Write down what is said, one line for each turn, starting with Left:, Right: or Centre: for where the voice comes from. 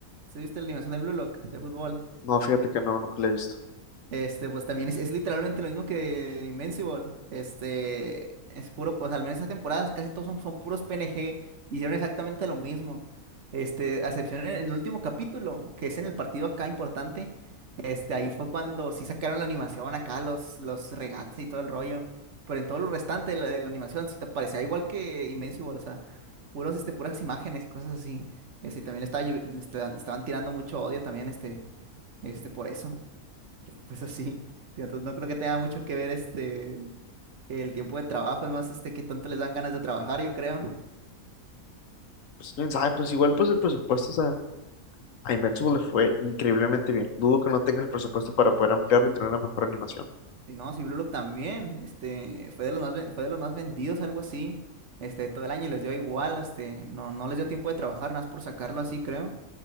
Right: si viste la animación de Blue Lock, de fútbol.
Left: No, fíjate que no, nunca lo he visto.
Right: Este, pues también es, es literalmente lo mismo que Invincible. Este, es puro, o sea, al menos esta temporada casi todos son, son puros PNG. Hicieron exactamente lo mismo. Este, a excepción en, en el último capítulo, que es en el partido acá importante. Este, ahí fue cuando sí sacaron la animación acá, los, los regates y todo el rollo. Pero en todo lo restante de la, de la animación sí te parecía igual que Invincible, o sea, puros, este, puras imágenes y cosas así. Este, también le, estaba, lle- le estaban le estaban tirando mucho odio también, este, este, por eso. Pues así, tío, entonces no creo que tenga mucho que ver este el tiempo de trabajo, es más este que tanto les dan ganas de trabajar, yo creo.
Left: Pues quién sabe, pues igual pues el presupuesto, o sea, a Invincible le fue increíblemente bien. Dudo que no tengan el presupuesto para poder ampliarlo y tener una mejor animación.
Right: Y no, si Blue Lock también, este, fue de los más ven- fue de los más vendidos, algo así, este, todo el año y les dio igual, este, no, no les dio tiempo de trabajar, nada más por sacarlo así, creo.